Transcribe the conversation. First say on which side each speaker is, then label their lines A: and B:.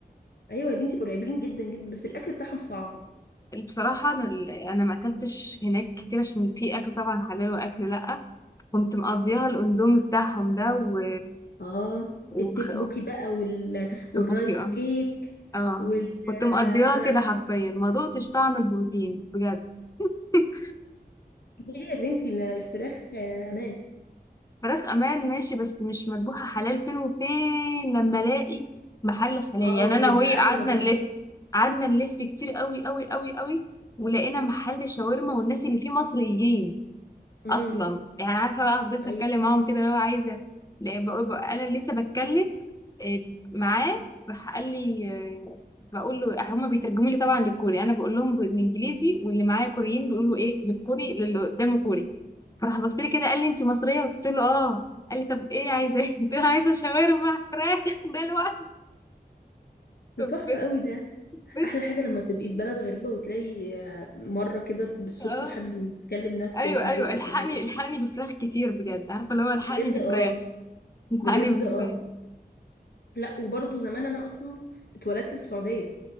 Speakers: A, on the left; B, on the left.
A: ايوه يا بنتي مرعبين جدا جدا بس الاكل بتاعهم صعب
B: بصراحة انا انا ما اكلتش هناك كتير عشان في اكل طبعا حلال واكل لا كنت مقضيها الاندومي بتاعهم ده و...
A: اه التيك
B: وخ...
A: بوكي بقى وال...
B: تبوكي
A: والرايس
B: اه
A: كيك
B: اه
A: وال
B: كنت مقضيها
A: آه، انا
B: كده حرفيا ما دقتش طعم البروتين بجد <laughs>
A: ليه يا بنتي ما الفراخ آه، امان
B: فراخ امان ماشي بس مش مذبوحه حلال فين وفين لما الاقي محل حلال
A: اه
B: يعني
A: وبيبقى
B: انا وهي
A: اغلى
B: قعدنا
A: برضه
B: نلف قعدنا نلف كتير قوي قوي قوي قوي ولقينا محل شاورما والناس اللي فيه مصريين
A: امم
B: اصلا يعني عارفه بقى فضلت
A: ايوه
B: اتكلم معاهم كده لو عايزه لا، بقول- بقول- انا لسه بتكلم آه، معاه راح قال لي آه، بقول له هما بيترجموا لي طبعا للكوري انا بقول لهم بالانجليزي واللي معايا كوريين بيقولوا ايه للكوري للي قدامه كوري فراح بص لي كده قال لي انت مصريه قلت له اه قال لي طب ايه عايزه <laughs> إيه؟ قلت له عايزه شاورما فراخ <laughs> ده الوقت
A: ده
B: طب
A: تحفة
B: بت-
A: قوي ده
B: بت-
A: احلى حاجة لما تبقي في بلد غريبة وتلاقي آه، مرة كده بالصدفة
B: اه
A: حد بيتكلم نفس
B: ايوه
A: لهجتك
B: ايوه الحقني
A: وبلدك.
B: الحقني بفراخ كتير بجد عارفه اللي هو الحقني
A: بجد
B: بفراخ
A: اه
B: الحقني
A: بجد
B: بفراخ
A: اه لا وبرضه زمان انا اصلا اتولدت في السعودية